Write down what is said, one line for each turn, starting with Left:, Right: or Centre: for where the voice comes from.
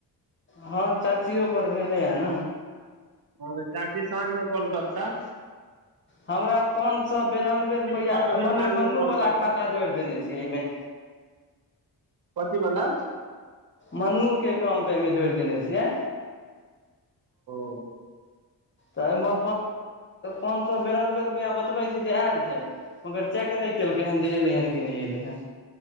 Left: हँ चाचियो पर भेलै ह न
Right: हँ त चाची साँझमे कॉल करतीह
Left: हमरा पाँच सौ बेरानबे रुपैआ
Right: कऽ देबै
Left: मने
Right: साँझ
Left: मन्नूवला
Right: मे कॉल करता
Left: खाता जोड़ि देने छी एहिमे
Right: कथी बला
Left: मन्नू केँ अकाउंट एहिमे जोड़ि देने छियै
Right: ओ <inaudible>
Left: तऽ एहिमे पाँच सौ बेरानबे रुपैआ बतबय छैक जे आयल छैक मगर चेक नहि केलकय हन जे अयलय हन कि नहि अयलय हन